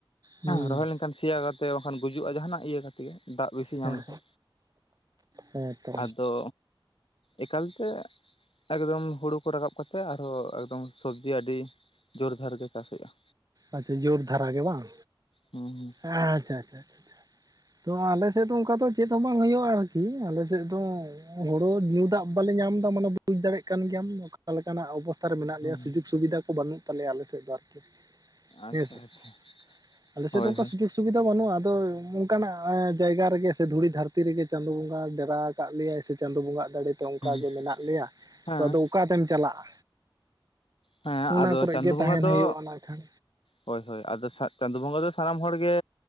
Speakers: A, on the right; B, on the left.
A: ᱦᱩᱸ
B: ᱨᱚᱦᱚᱭ ᱞᱮᱱᱠᱷᱟᱱ ᱥᱮᱭᱟ ᱠᱟᱛᱮ ᱵᱟᱝᱠᱷᱟᱱ ᱜᱩᱡᱩᱜᱼᱟ ᱡᱟᱦᱟᱱᱟᱜ ᱤᱭᱟᱹ ᱠᱟᱛᱮ ᱫᱟᱜ ᱵᱮᱥᱤ ᱧᱟᱢ
A: ᱦᱮᱸ
B: ᱞᱮᱠᱷᱟᱱ
A: ᱦᱮᱸ ᱛᱚ
B: ᱟᱫᱚ ᱮᱠᱟᱞᱛᱮ ᱮᱠᱫᱚᱢ ᱦᱩᱲᱩ ᱠᱚ ᱨᱟᱠᱟᱵ ᱠᱟᱛᱮᱫ ᱟᱨᱦᱚᱸ ᱮᱠᱫᱚᱢ ᱥᱚᱵᱡᱤ ᱟᱹᱰᱤ ᱡᱳᱨᱫᱷᱟᱨ ᱜᱮ ᱪᱟᱥᱮᱼᱟ᱾
A: ᱟᱪᱷᱟ ᱡᱳᱨ ᱫᱷᱟᱨᱟ ᱜᱮ ᱵᱟᱝ
B: ᱦᱩᱸ
A: ᱟᱪᱷᱟ ᱟᱪᱷᱟ᱾ ᱛᱚ ᱟᱞᱮ ᱥᱮᱫ ᱫᱚ ᱚᱱᱠᱟ ᱫᱚ ᱪᱮᱫ ᱦᱚᱸ ᱵᱟᱝ ᱦᱩᱭᱩᱜᱼᱟ ᱟᱨᱠᱤ ᱟᱞᱮᱥᱮᱫ ᱫᱚ ᱦᱳᱲᱩ ᱧᱩ ᱫᱟᱜ ᱵᱟᱞᱮ ᱧᱟᱢ ᱮᱫᱟ ᱢᱟᱱᱮ ᱵᱩᱡ ᱫᱟᱲᱮᱭᱟᱜ ᱠᱟᱱ ᱜᱮᱭᱟᱢ ᱚᱠᱟ ᱞᱮᱠᱟᱱᱟᱜ ᱚᱵᱚᱥ ᱞᱟ ᱨᱮ ᱢᱮᱱᱟᱜ
B: ᱦᱩᱸ ᱦᱩᱸ
A: ᱞᱮᱭᱟ ᱥᱩᱡᱳᱜᱽ ᱥᱩᱵᱤᱫᱷᱟ ᱠᱚ ᱵᱟᱹᱱᱩᱜ ᱛᱟᱞᱮᱭᱟ ᱟᱞᱮᱥᱮᱫ ᱫᱚ ᱟᱨᱠᱤ᱾ <unintelligible>
B: ᱟᱪᱪᱷᱟ ᱟᱪᱪᱷᱟ
A: ᱟᱞᱮ ᱥᱮᱫ
B: ᱦᱳᱭ
A: ᱫᱚ ᱚᱱᱠᱟ ᱥᱩᱡᱳᱜ ᱥᱩᱵᱤ ᱫᱚ ᱵᱟᱹᱱᱩᱜᱼᱟ ᱟᱫᱚ ᱚᱱᱠᱟᱱᱟᱜ ᱡᱟᱭᱜᱟ ᱨᱮᱜᱮ ᱥᱮ ᱫᱷᱩᱲᱤ ᱫᱷᱟᱹᱨᱛᱤ ᱨᱮᱜᱮ ᱪᱟᱸᱫᱳ ᱵᱚᱸᱜᱟ ᱰᱮᱨᱟ ᱠᱟᱜ ᱞᱮᱭᱟᱭ ᱥᱮ ᱪᱟᱸᱫᱳ ᱵᱚᱸᱜᱟᱟᱜ ᱫᱟᱲᱮᱛᱮ ᱚᱱᱠᱟᱜᱮ
B: ᱦᱳᱭ
A: ᱢᱮᱱᱟᱜ ᱞᱮᱭᱟ
B: ᱦᱮᱸ
A: ᱛᱚ ᱟᱫᱚ ᱚᱠᱟᱛᱮᱢ ᱪᱟᱞᱟᱜᱼᱟ᱾
B: ᱦᱮᱸ
A: ᱚᱱᱟ
B: ᱟᱫᱚ
A: ᱠᱚᱨᱮ
B: ᱪᱟᱸᱫᱚ
A: ᱜᱮ ᱛᱟᱦᱮᱱ
B: ᱵᱚᱸᱜᱟ ᱫᱚ
A: ᱦᱩᱭᱩᱜᱼᱟ ᱱᱟᱜ ᱠᱷᱟᱱ
B: ᱦᱳᱭ ᱦᱳᱭ ᱟᱫᱚ ᱪᱟᱸᱫᱚ ᱵᱚᱸᱜᱟ ᱫᱚ ᱥᱟᱱᱟᱢ ᱦᱚᱲ ᱜᱮ